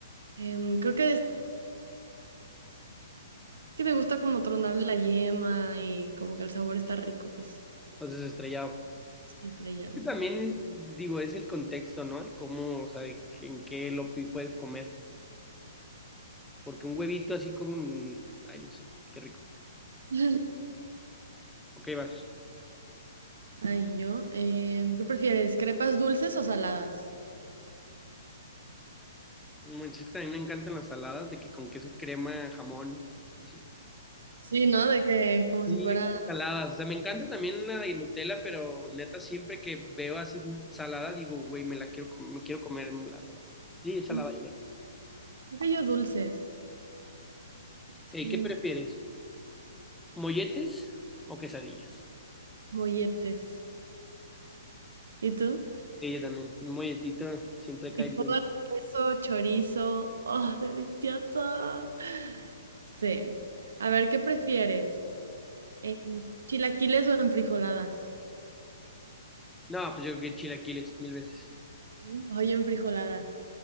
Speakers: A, on the right; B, in the centre.
A: Em, creo que es que me gusta como tronarle la yema y como que el sabor está rico, pues.
B: Entonces, estrellado.
A: Sí, estrellado.
B: Que también es, digo, es el contexto, ¿no? De cómo, o sea, de que- en qué lo pi- puedes comer. Porque un huevito así con... Ay, no sé, qué rico.
A: <laughs>
B: Ok, vas.
A: Ay, yo. em, ¿qué prefieres? ¿Crepas dulces o saladas?
B: No manches, que también me encantan las saladas de que con queso crema, jamón, así.
A: Sí, ¿no? De que como
B: Y
A: si fuera.
B: yo creo que saladas, o sea, me encanta también la de Nutella, pero neta, siempre que veo así dul- salada, digo, güey, me la quiero, com- me quiero comer la salada. Sí, salada,
A: mm,
B: yo creo.
A: Creo que yo dulces. Sí,
B: Ok, ¿qué prefieres? ¿Molletes o quesadillas?
A: molletes. ¿Y tú?
B: Sí, yo también, un molletito siempre cae
A: Frijol,
B: bien.
A: queso, chorizo. ¡Oh, deliciosa! Sí. A ver, ¿qué prefieres? Eh, ¿chilaquiles o enfrijoladas?
B: No, pues yo creo que chilaquiles, mil veces.
A: ¿sí? Ay, enfrijoladas.